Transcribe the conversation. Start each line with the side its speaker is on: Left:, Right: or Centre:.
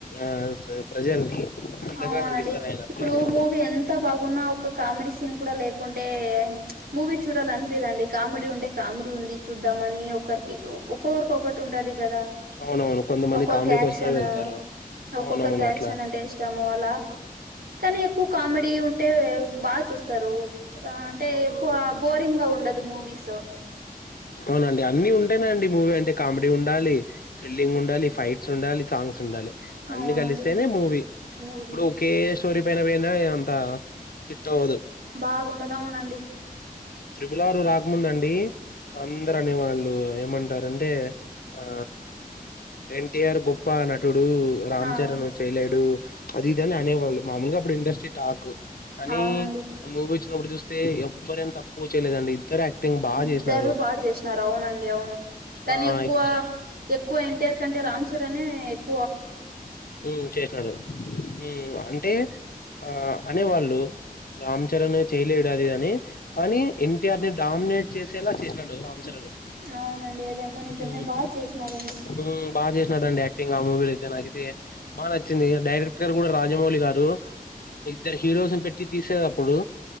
Left: ఆ ప్రజల్ని అంతగా
Right: అవునండి
Left: నవ్విస్తారు ఆయన
Right: ఇప్పుడు
Left: ప్రేక్షకులు
Right: మూవీ ఎన్ ఎంత బాగున్న ఒక కామెడీ సీన్ కూడా లేకుంటే, మూవీ చూడాలనిపియదండి కామెడీ ఉంటే కామెడీ ఉంది చూద్దామని ఒకరికి ఒక్కొరికి ఒకటి ఉంటది కదా
Left: అవునవును కొంతమంది
Right: ఒక్కొరికి
Left: కామెడీ
Right: యాక్క్షన్,
Left: కోసమే వెళ్తారు
Right: ఒక్కొక్కరికి
Left: అవునవును
Right: యాక్షన్
Left: అట్లా
Right: అంటే ఇష్టం అలా కానీ ఎక్కువ కామెడీ ఉంటే బాగ చూస్తారు. అంటే
Left: అవునవును
Right: ఎక్కువ బోరింగ్ గా ఉండదు మూవీస్
Left: అవునండి అన్ని ఉంటేనే అండి మూవీ అంటే, కామెడీ ఉండాలి, థ్రిల్లింగ్ ఉండాలి, ఫైట్స్ ఉండాలి, సాంగ్స్ ఉండాలి అన్ని
Right: అవునండి
Left: కలిస్తేనే మూవీ.
Right: మూవీ
Left: ఇప్పుడు ఒకే స్టోరి పైన పోయిన ఏం అంత హిట్ అవ్వదు
Right: బాగుండద అవునండి
Left: త్రిబులార్ రాకముందండి, అందరు అనే వాళ్ళు ఏమంటారంటే, ఆ ఎన్టిఆర్ గొప్ప నటుడు రామ్
Right: ఆ
Left: చరణ్ చేయలేడు అది ఇదని అనేవాళ్ళు మామూలుగా అబ్బుడు ఇండస్ట్రీ టాక్ కానీ
Right: అవునండి
Left: మూవీ వచ్చినప్పుడు చూస్తే ఎవ్వరు ఏం తక్కువ చేయలేదండి ఇద్దరు యాక్టింగ్ బాగా
Right: ఇద్దరు
Left: చేసినారు
Right: బాగ చేసినారు అవునండి అవును కానీ
Left: ఆ
Right: ఎక్కువ
Left: ఎక్చ-
Right: ఎక్కువ ఎన్టీఆర్ కంటే రామ్ చరణే ఎక్
Left: మ్ చేసినాడు మ్ అంటే ఆ అనేవాళ్ళు రామ్ చరణ్ ఎ చేయలేడు అది ఇదని కానీ ఎన్టీఆర్ ని డామినేట్ చేసేలా చేసినాడు రామ్ చరణ్
Right: అవునండి అదేమో నిజమే
Left: హ్మ్.
Right: బాగా చేసినారండి.
Left: హ్మ్. బా చేసినాడండి యాక్టింగ్ ఆ మూవీల అయితే, నాకైతే బాగా నచ్చింది. డైరెక్టర్ గారు కూడా రాజమౌళి గారు ఇద్దరు హీరోస్ ని పెట్టి తీసేదప్పుడు